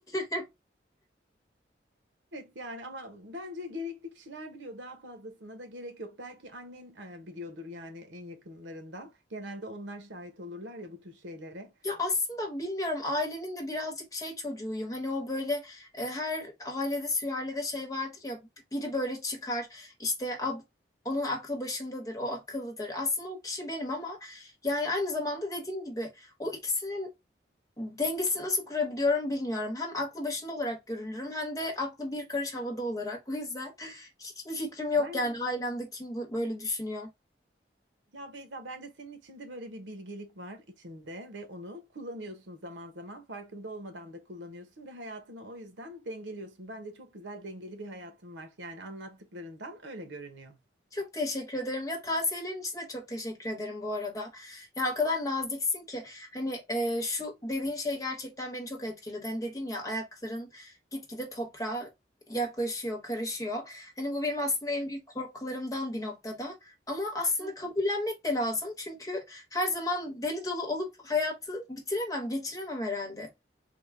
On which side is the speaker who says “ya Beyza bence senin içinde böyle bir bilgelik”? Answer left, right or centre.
Right